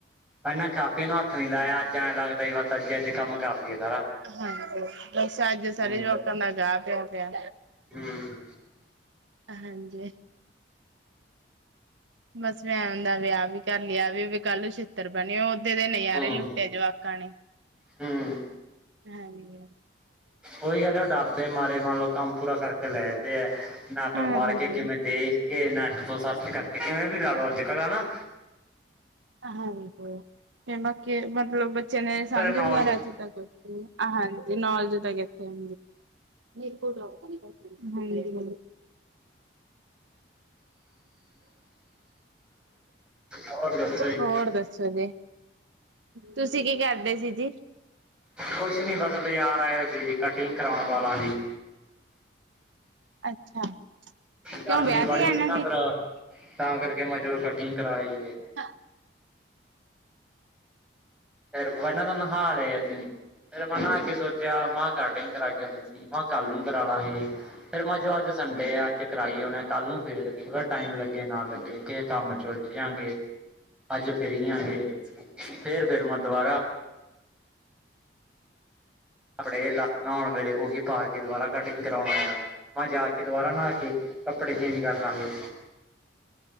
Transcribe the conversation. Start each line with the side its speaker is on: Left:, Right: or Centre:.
Centre: ਪਹਿਲਾਂ ਕਾਪੀਆਂ ਨੂੰ ਹੱਥ ਨੀ ਲਾਇਆ ਅੱਜ ਐਂ ਲੱਗਦਾ ਈ ਬਸ ਅੱਜ ਅੱਜ ਕੰਮ ਕਰ ਲਈਏ ਸਾਰਾ।
Right: ਹਾਂਜੀ ਬਸ ਅੱਜ ਸਾਰੇ
Centre: ਹੂੰ
Right: ਜਵਾਕਾਂ ਦਾ ਗਾਹ ਪਿਆ ਪਿਆ।
Centre: ਹਮ
Right: ਹਾਂਜੀ ਬਸ ਏਹ ਹੁੰਦਾ ਬਈ ਏ ਵੀ ਕਰ ਲਿਆ ਵੀ ਕੱਲ ਛ ਛਿੱਤਰ ਪੈਣੇ, ਓਦੇ ਦੇ ਨਾਰੇ
Centre: ਹੂੰ
Right: ਲੁੱਟਿਆ ਜਵਾਕਾਂ ਨੇ
Centre: ਹੂੰ
Right: ਹਾਂ ਜੀ।
Centre: ਉਹੀ ਕਹਿੰਦੇ ਉਹ ਡਰਦੇ ਮਾਰੇ ਮੰਨ ਲੋਓ ਕੰਮ ਪੂਰਾ ਕਰਕੇ। ਲੈਂਦੇ ਆ ਨਕਲ
Right: ਹਾਂਜੀ।
Centre: ਮਾਰ ਕੇ ਕਿਵੇਂ ਦੇ। ਕਿ ਨੈਟ ਤੋਂ ਸਰਚ ਕਰਕੇ ਕਿਵੇਂ ਵੀ ਲਾ ਲਓ ਅੱਜ ਕੱਲ੍ਹ ਹੈਨਾ।
Right: ਹਾਂਜੀ, ਕੇ ਬਾਕੀ ਮਤਲਬ ਬੱਚੇ ਨੇ
Centre: ਫਿਰ
Right: ਸਮਝ
Centre: ਨਾਲ
Right: ਨਹੀਂ ਆ ਰਿਹਾ ਅੱਜ ਤੱਕ। ਹਾਂਜੀ ਨੌਲੇਜ ਤੱਕ ਇਥੋਂ। ਇੱਕ ਕੋੋਟ ਲ <inaudible>
Centre: ਹੋਰ ਦੱਸੋ ਜੀ?
Right: ਹੋਰ ਦੱਸੋ ਜੀ, ਤੁਸੀਂ ਕੀ ਕਰਦੇ ਸੀ ਜੀ?
Centre: ਕੁਛ ਨੀ ਬਸ ਬਾਜ਼ਾਰ ਆਏ ਸੀ ਜੀ ਕਟਿੰਗ ਕਰਾਉਣ ਵਾਲਾਂ ਦੀ।
Right: ਅੱਛਾ
Centre: ਗਰਮੀ
Right: ਕਿਉਂ ਵਿਆਹ
Centre: ਬਾਲੀ
Right: ਤੇ ਜਾਣਾ
Centre: ਸੀ ਨਾ
Right: ਜੀ।
Centre: ਫੇਰ ਤਾਂ ਕਰਕੇ ਮੈਂ ਕਿਹਾ ਚਲੋ ਕਟਿੰਗ ਕਰਵਾ ਆਈਏ ਹੈ।
Right: ਹਾਂ
Centre: ਫਿਰ ਪਹਿਨਾ ਤਾਂ ਨਹਾ ਰਏ ਸੀ ਜੀ। ਫਿਰ ਮੈਂ ਨਹਾਂ ਕੇ ਸੋਚਿਆ ਮੈਂ ਕਿਹਾ ਕਟਿੰਗ ਕਰਾ ਕੇ ਆਉਣੀ ਸੀ ਮੈਂ ਕਿਹਾ ਕੱਲ ਨੂੰ ਕਰਾ ਲਾਗੇ। ਫੇਰ ਮੈਂ ਅੱਜ ਸੰਡੇ ਆ ਅੱਜ ਕਰਾ ਈ ਅਉਨੇ ਕੱਲ ਨੂੰ ਫੇਰ ਟਾਈਮ ਲੱਗੇ ਲੱਗੇ। ਕੰਮ ਚ ਉਲਝ ਜਾਵਾਂਗੇ ਅੱਜ ਫਰੀ ਆਂ ਹਜੇ ਫੇਰ ਫਿਰ ਮੈਂ ਦੁਬਾਰਾ। ਕਪੜੇ ਲਾ ਨਹਾਉਣ ਵੇਲੇ ਉਹੀ ਪਾ ਕੇ ਦੁਬਾਰਾ ਕਟਿੰਗ ਕਰਵਾਉਣਾ ਆਇਆ। ਮੈਂ ਜਾ ਕੇ ਦੁਬਾਰਾ ਨਹਾ ਕੇ ਕੱਪੜੇ ਚੇਂਜ ਕਰ ਲਾਂਗੇ।